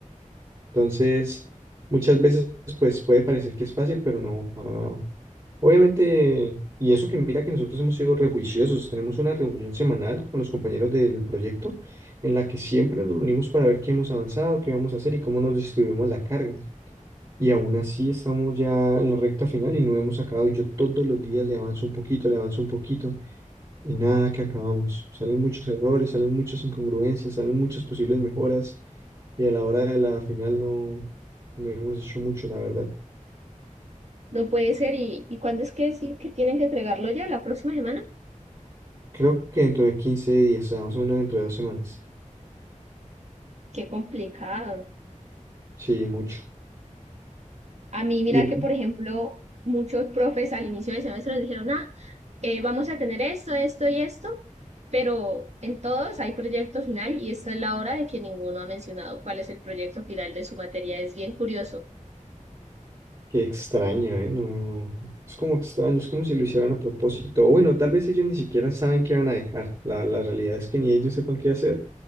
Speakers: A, on the right (about 35°); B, on the right (about 55°).
A: Entonces, muchas veces pues puede parecer que es fácil, pero no, para nada. Obviamente, y eso que mira que nosotros hemos sido rejuiciosos, tenemos una reunión semanal con los compañeros del proyecto en la que siempre nos reunimos para ver qué hemos avanzado, qué vamos a hacer y cómo nos distribuimos la carga. Y aún así estamos ya en la recta final y no hemos acabado. Y yo todos los días le avanzo un poquito, le avanzo un poquito y nada que acabamos. Salen muchos errores, salen muchas incongruencias, salen muchas posibles mejoras y a la hora de la final no, no hemos hecho mucho, la verdad.
B: No puede ser, ¿y, y cuándo es que es lo que tienen que entregarlo ya? ¿La próxima semana?
A: Creo que dentro de quince días, o sea, más o menos dentro de dos semanas.
B: Qué complicado.
A: Sí, mucho.
B: A mí, mira
A: Y
B: que, por ejemplo, muchos profes al inicio del semestre nos dijeron, ah, eh, vamos a tener esto, esto y esto, pero en todos hay proyecto final y esta es la hora de que ninguno ha mencionado cuál es el proyecto final de su materia. Es bien curioso.
A: qué extraño, ¿eh? No, no, no. Es como extraño, es como si lo hicieran a propósito. O bueno, tal vez ellos ni siquiera saben qué van a dejar. La, la realidad es que ni ellos sepan qué hacer.